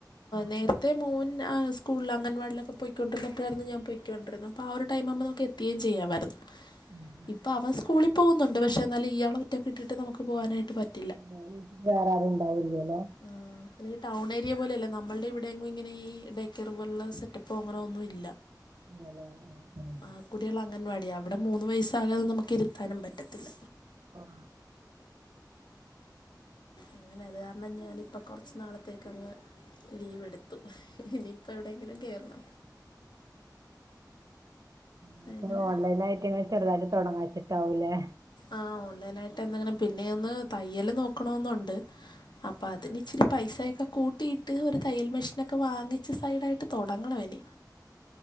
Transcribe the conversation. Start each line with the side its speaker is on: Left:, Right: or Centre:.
Right: ആ ആ
Left: നേരത്തെ മോൻ ഞാൻ സ്കൂളിൽ അംഗൻവാടിലൊക്കെ പൊയി കോണ്ടിര്ന്നപ്പഴായിരുന്ന് ഞാൻ പൊയികോണ്ടിരുന്നത് അപ്പ ആ ഒരു ടൈം ആകുമ്പം നമുക്ക് എത്തുകയും ചെയ്യാമായിരുന്നു
Right: ഉം
Left: ഇപ്പൊ അവൻ സ്കൂളി പോവുന്നുണ്ട് പക്ഷെ എന്നാലും ഇയാളെ ഒറ്റക്ക് ഇട്ടിട്ട് നമുക്ക് പോകാനായിട്ട് പറ്റ്
Right: ആഹ് വീട്ടില് വേറെ ആരും ഇണ്ടാവൂല്ലല്ലോ
Left: ആഹ് പിന്നെ ഈ ടൗൺ ഏരിയ പോലെയല്ല നമ്മൾടെ ഇവിടെയെങ്ങും ഇങ്ങനെ ഈ ഡേ കെയറ് പോലുള്ള സെറ്റപ്പോ അങ്ങനെ ഒന്നും ഇല്ല
Right: ഇല്ല ലേ ആഹ് ആഹ്
Left: ആഹ് കുട്ടികള് അംഗൻവാടി അവിടെ മൂന്ന് വയസ്സാകാതെ നമുക്ക് ഇരുത്താനും പറ്റത്തില്ല
Right: ആഹ്
Left: അങ്ങനെ അത് കാരണം ഞാനിപ്പം കൊറച്ച് നാളത്തേക്ക് അങ്ങ് ലീവ് എട് ത്തും ഇനിയിപ്പോ എവിടെയെങ്കിലും കേറണം
Right: ആഹ് ഇപ്പ
Left: അങ്ങനെ
Right: ഓൺലൈൻ ആയിട്ട് ഇങ്ങനെ ചെറുതായിട്ട് തൊടങ്ങാ വെച്ചിട്ടാവൂലേ
Left: ആഹ് ഓൺലൈനായിട്ട് എന്തെങ്കിലും പിന്നെ ഒന്ന് തയ്യല് നോക്കണോന്നുണ്ട് അപ്പൊ അതിന് ഇച്ചിരി പൈസയാക്കെ കൂട്ടിയിട്ട് ഒരു തയ്യൽ മെഷീനൊക്കെ വാങ്ങിച്ച് സൈഡായിട്ട് തൊടങ്ങണം എനി